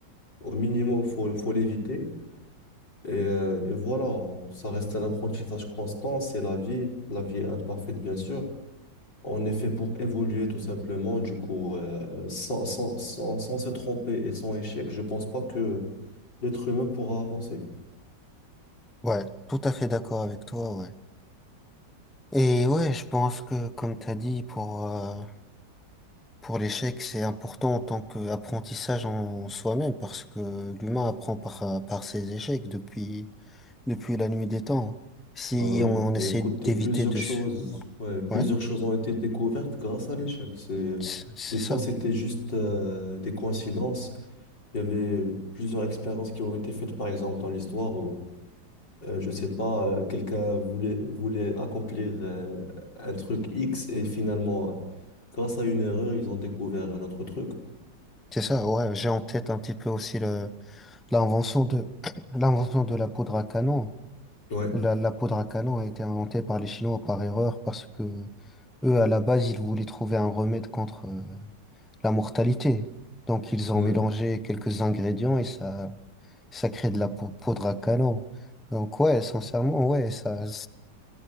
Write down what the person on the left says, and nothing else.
au minimum, faut, faut l'éviter. Et, euh, et voilà, on- ça reste un apprentissage constant, c'est la vie. La vie est imparfaite, bien sûr. On est fait pour évoluer tout simplement. Du coup, euh, sans, sans, sans, sans se tromper et sans échec, je pense pas que l'être humain pourra avancer.
Bah oui,
Bah
écoute,
et plusieurs
choses,
ouais, plusieurs
choses ont été découvertes grâce à l'échec. C'est,
des fois,
c'était juste euh, des coïncidences. Il y avait plusieurs expériences qui ont été faites, par exemple, dans l'histoire où, euh, je sais pas, euh, quelqu'un voulait, voulait accomplir euh, un truc X et finalement, euh, grâce à une erreur, ils ont découvert un autre truc.
Ouais,
ouais.